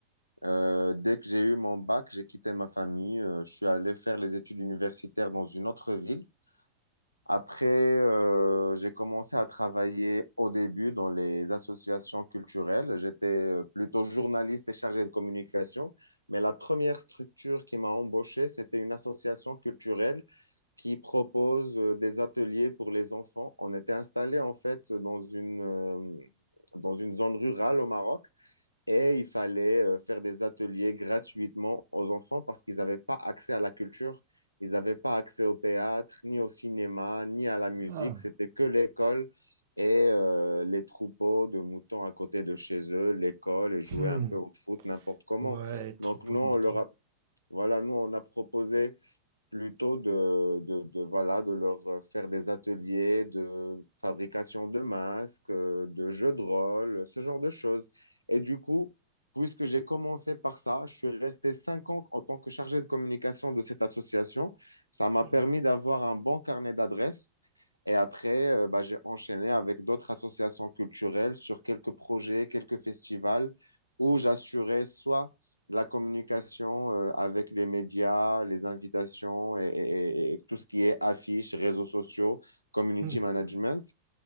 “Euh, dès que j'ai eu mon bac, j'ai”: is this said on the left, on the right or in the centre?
Left